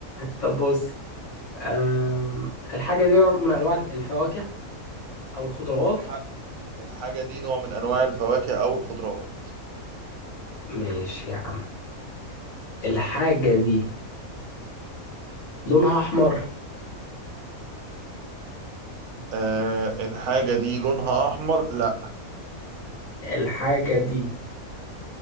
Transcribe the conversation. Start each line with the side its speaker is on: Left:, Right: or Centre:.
Left: طب بص أم، الحاجة دي نوع من أنواع الفواكه أو الخضروات
Right: الح... الحاجة دي نوع من أنواع الفواكه أو الخضروات
Left: ماشي يا عم الحاجة دي لونها أحمر
Right: آه الحاجة دي لونها أحمر لا
Left: الحاجة دي